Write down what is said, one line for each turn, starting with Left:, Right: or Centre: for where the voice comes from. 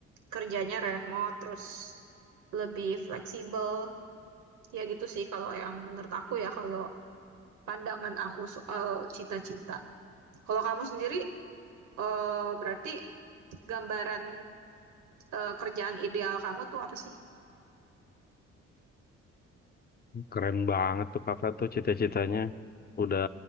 Right: kerjanya remote, terus lebih fleksibel, ya gitu sih kalau yang menurut aku ya kalau pandangan aku soal cita-cita. Kalau kamu sendiri, eh, berarti gambaran eh, kerjaan ideal kamu tuh apa sih?
Left: Keren banget tuh kakak tuh cita-citanya. Udah